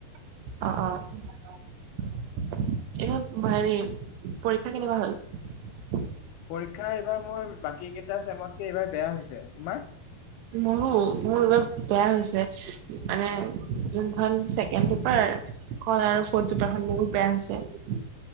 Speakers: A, on the right; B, on the left.
A: অ অ। এ হেৰি পৰীক্ষা কেনেকুৱা হ'ল?
B: পৰীক্ষা এইবাৰ মোৰ বাকী কেইটা চেমতকে এইবাৰ বেয়া হৈছে তোমাৰ
A: মোৰো মোৰ অলপ বেয়া হৈছে। মানে, যোনখন ছেকেণ্ড পেঁপাৰ কল আৰু ফৰ্ট পেঁপাৰ খন বহুত বেয়া হৈছে।